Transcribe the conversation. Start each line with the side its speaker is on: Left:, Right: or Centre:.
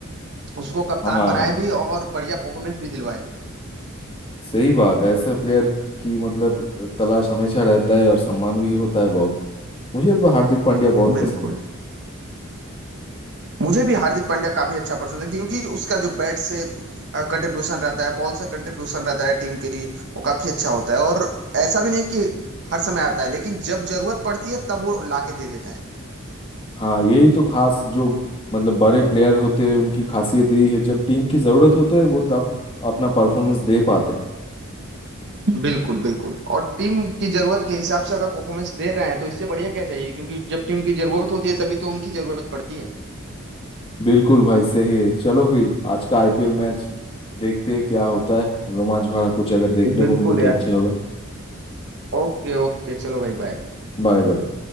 Right: उसको कप्तान
Left: हाँ
Right: बनाए भी और बढ़िया परफॉर्मेंस भी दिलवाए
Left: सही बात है ऐसे प्लेयर की मतलब तलाश हमेशा रहता है और सम्मान भी होता है बहुत मुझे तो हार्दिक पांड्या बहुत
Right: बिल्कुल
Left: पसंद है
Right: मुझे भी हार्दिक पांड्या काफी अच्छा पसंद है क्योंकि उसका जो बैट से कंट्रीब्यूशन रहता है बॉल से कंट्रीब्यूशन रहता है टीम के लिए वो काफी अच्छा होता है और ऐसा भी नहीं है कि हर समय आता है लेकिन जब जरूरत पड़ती है तब वो लाके दे देता है
Left: हाँ यही तो खास जो मतलब बड़े प्लेयर होते हैं उनकी खासियत यही है जब टीम की ज़रूरत होता है वो तब अपना परफॉर्मेंस दे पाते हैं
Right: बिल्कुल बिल्कुल और टीम की जरूरत के हिसाब से अगर परफॉर्मेंस दे रहे हैं तो इससे बढ़िया क्या चाहिए क्योंकि जब टीम की जरूरत होती है तभी तो उनकी जरूरत पड़ती है
Left: बिल्कुल भाई सही है चलो फिर आज का आईपीएल मैच देखते हैं क्या होता है रोमांच भरा कुछ अगर देखने
Right: बिल्कुल
Left: को मिले तो
Right: यार
Left: अच्छा होगा
Right: ओके ओके चलो भाई बाय
Left: Bye bye